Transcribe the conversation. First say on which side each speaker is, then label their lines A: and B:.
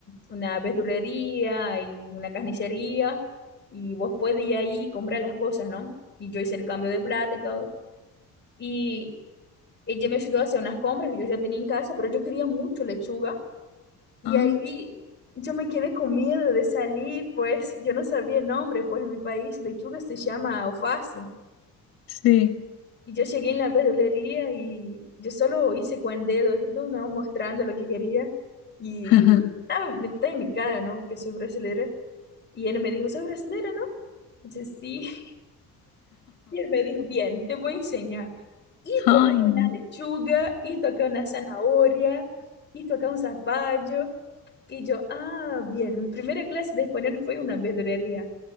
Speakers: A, on the left; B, on the left.
A: una verdulería y una carnicería y vos podés ir ahí y comprar las cosas, ¿no? Y yo hice el cambio de plata y todo. Y ella me ayudó a hacer unas compras que yo ya tenía en casa, pero yo quería mucho lechuga. Y
B: Ah,
A: ahí yo me quedé con miedo de salir, pues yo no sabía el nombre, pues en mi país lechuga se llama alface.
B: sí.
A: Y yo llegué en la verdulería y yo solo hice con dedos, ¿no? ¿no? Mostrando lo que quería. Y
B: <laughs>
A: ah, me está en mi cara, ¿no? Porque soy brasileña. Y él me dijo, ¿soy brasileña, no? Y yo, sí. <laughs> Y él me dijo, bien, te voy a enseñar. Esto
B: Ay,
A: acá es
B: mira.
A: una lechuga, esto acá es una zanahoria, esto acá es un zapallo. Y yo, ah, bien, mi primera clase de español fue en una verdulería.